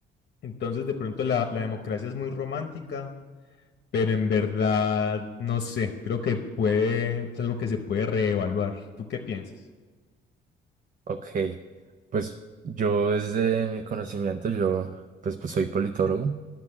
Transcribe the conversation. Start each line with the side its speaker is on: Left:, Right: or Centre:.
Left: Entonces, de pronto la, la democracia es muy romántica, pero en verdad, no sé, creo que puede, es algo que se puede reevaluar. ¿Tú qué piensas?
Right: ok. Pues yo desde mi conocimiento, yo pues, pues soy politólogo.